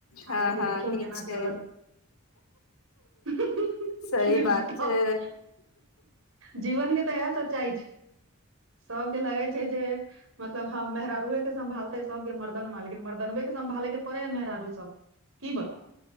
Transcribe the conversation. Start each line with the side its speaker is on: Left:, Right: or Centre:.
Right: हआगे
Left: हँ
Right: के
Left: हँ
Right: देखियौ
Left: नीक
Right: केना
Left: छै
Right: चलत। की
Left: सही बात
Right: बताउ
Left: छै।
Right: जीवन के तऽ इएह सच्चाइ छै। सबके लगै छै जे। मतलब ह मेहरारुए के सं्भालतय। सबके मर्दन वा लेकिन मर्दनबे के सम्भाले के पड़े है मेहरारू सब की बताऊ।